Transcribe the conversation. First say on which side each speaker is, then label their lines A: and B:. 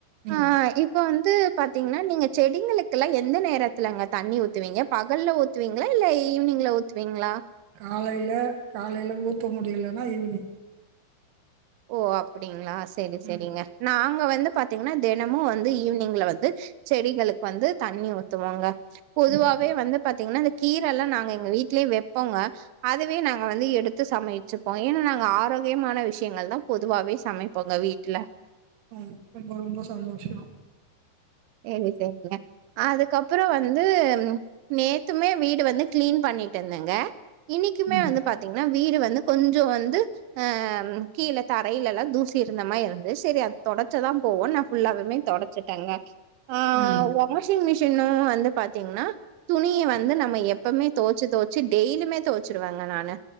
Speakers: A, on the right; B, on the right.
A: ம்.
B: அ ஆ இப்ப வந் து பாத்தீங்கன்னா நீங்க செடிங்களுக்கெல்லா எந்த நேரத்துலங்க தண்ணி ஊத்துவீங்க பகல்ல ஊத்துவீங்ளா இல்ல ஈவினிங்ல ஊத்துவீங்ளா
A: காலைல காலைல ஊத்த முடியலன்னா ஈவினிங்
B: ஓ அப்டிங்ளா சேரி சேரிங்க
A: ம்.
B: நாங்க வந்துப் பாத்தீங்னா தெனமு வந்து ஈவினிங்ல வந்து செடிகளுக்கு வந்து தண்ணி ஊத்துவோங்க பொதுவாவே
A: ம்.
B: வந்து பாத்தீங்னா இந்த கீரல்லா நாங்க எங்க வீ ட்லே வெப்போங்க அதுவே நா ங்க வந்து எடுத்து சமைச்சுப்போ ஏன்னா நாங்க ஆரோக்கியமான விஷ் யங்கள்தா பொதுவாவே சமைப்போங்க வீட்ல
A: ம் ரொம்போ ரொம்போ சந்தோஷோ
B: ம் தெம்புல ஆ அதுக்கப்ரோ வந்து நேத்துமே வீடு வந்து கிளீன் பண்ணி டேன்னங்க இன்னீக்கிமே
A: ம்.
B: வந்து பாத்தீங்னா வீடு வந்து கொஞ்சோ வந்து அஅ அம் கீழ தரையில்லலா தூஸ் சேர் நம்ம இருந்து சேரி ஆகு தொடச்சதாம் போனப் ஃபுல்லாவுமே தொடச்சிட்டங்க ஆ
A: ம்.
B: வாஷிங் மிஷ் இன்னோ வந்தப் பாத்தீங்னா துணிய வந்து நம்ம எப்பவுமே தோச்சி தோச்சி டெய்லியுமே தோ ச் சிருவாங்க நானு